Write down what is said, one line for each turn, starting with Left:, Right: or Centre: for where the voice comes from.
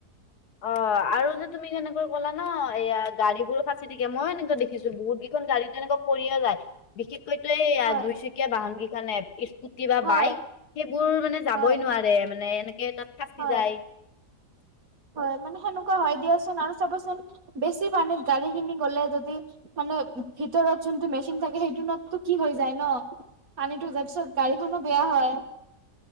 Left: অ আৰু যে তুমি কেনেকৈ কলা ন এয়া গাড়ী বোৰ ফাচি থাকে মই এনেকে দেখিছো বহুত খন গাড়ী তেনেকুৱা পৰিয়ে যায় বিশেষকৈতো এই
Right: হয়,
Left: দুইচকীয়া বাহন কেইখনেে স্ু কি বা
Right: হয়,
Left: বাইক সেইবোৰ মানে যাবই
Right: হয়,
Left: নোৱাৰে মানে এনেকে তাত ফাঁচি
Right: হয়,
Left: যায়
Right: হয় মানে সেনেকুৱা হয় দিয়চোন আৰু চাবচোন বেছি পানীত গাড়ী খিনি গলে যদি মানে ভিতৰত যোনটো মেচিন থাকে সেইটোতো কি হৈ যায় ন পানীটো যোৱা পিছত গাড়ীখনো বেয়া হয়